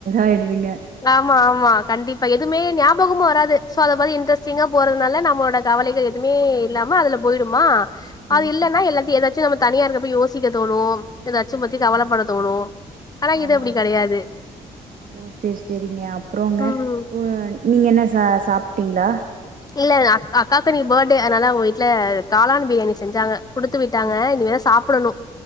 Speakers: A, on the right (about 55°); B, on the left (about 20°).
A: ஆய்டுதுங்க
B: ஆமா ஆமா கண்டிப்பா எதுமே ஞாபகமு வராது சோ அத பதி இன்டரெஸ்டிங்கா போறத்னால நமோட கவலைகள் எதுமே இல்லாம அதுல போய்டுமா
A: ஓ
B: அது இல்லன்னா
A: சேரி
B: எல்லாத்தி எதாச்சு நம்ம தனியா இருக்கப்ப யோசிக்க தோணு எதாச்சு பத்தி
A: ஆமா
B: கவலப்பட தோணு ஆனா இது
A: ஆமாங்க
B: அப்டி கடையாது
A: ஓ சேரி சேரிங்க அப்றோங்க
B: ம்
A: உ நீங்க என்ன ச சாப்ட்டீங்ளா
B: இல்ல அக்கா அக்காக்கு இன்னிக்கி பர்த்டே அதனால அவுங்க வீட்ல காளான் பிரியாணி செஞ்சாங்க குடுத்துவிட்டாங்க
A: சேரி
B: இனிமேதா சாப்படணு